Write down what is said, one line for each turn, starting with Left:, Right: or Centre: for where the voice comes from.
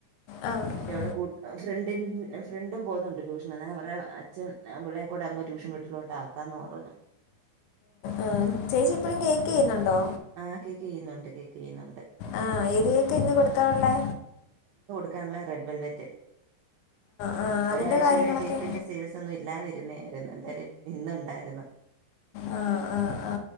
Left: ആ ആ
Right: മറ്റേ അവിടെ കു ഫ്രണ്ടി ഫ്രണ്ടും പോകുന്നുണ്ട് ട്യൂഷൻ അവടെ. അച്ഛൻ അവള്ളേയും കൂടെ അങ്ങ് ട്യൂഷൻ വിട്ടിലോട്ട് ആക്കാന്ന് പറഞ്ഞു.
Left: ആ ചേച്ചി ഇപ്പഴും കേക്ക് ചെയ്യ്ന്നൊണ്ടോ?
Right: ആ കേക്ക് ചെയ്യുന്നൊണ്ട് കേക്ക് ചെയ്യുന്നുണ്ട്.
Left: ആഹ കേക്കാ ഇന്ന് കൊടുക്കാനുള്ളെ.
Right: ക്കാനുള്ള റെഡ് ബെൽവറ്റ്.
Left: ആ അതിൻ്റെ
Right: ഒരാഴ്ച
Left: കാര്യങ്ങളൊക്കെ
Right: കൊണ്ട് കേക്കിന്റെ സെയിൽസ് ഒന്നു ഇല്ലാതിരുന്നേ. ഏതാലും ഇന്നൊണ്ടായിരുന്നു
Left: ആ ആ ആ